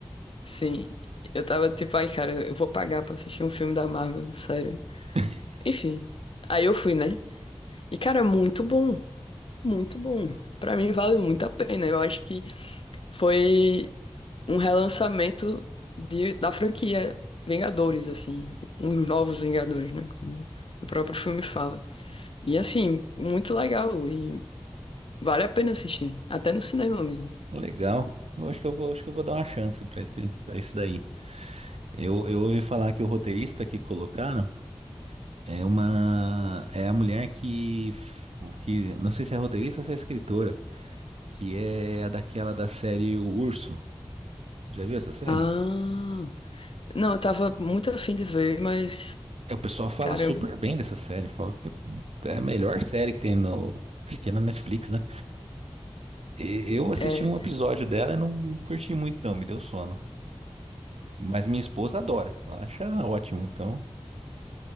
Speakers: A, on the left; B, on the right.
A: Sim, eu tava tipo, ai, cara, eu vou pagar pra assistir um filme da Marvel, sério.
B: <laughs>
A: Enfim, aí eu fui, né? E, cara, muito bom, muito bom. Pra mim vale muito a pena. Eu acho que Foi um relançamento de, da franquia Vingadores, assim, uns novos Vingadores, né? Como o próprio filme fala. E assim, muito legal e vale a pena assistir, até no cinema mesmo.
B: Legal. Eu acho que eu vou, acho que eu vou dar uma chance pra esse, pra esse daí. Eu, eu ouvi falar que o roteirista que colocaram é uma é a mulher que f- que não sei se é roteirista ou se é escritora, que é a daquela da série O Urso. Já viu essa série?
A: Ah, não, eu tava muito afim de ver, mas
B: É, O pessoal fala
A: caramba,
B: super bem dessa série, fala que é a melhor série que tem no acho que é na Netflix, né? E- Eu assisti
A: é,
B: um episódio dela e não curti muito não, me deu sono. Mas minha esposa adora, ela acha ótimo, então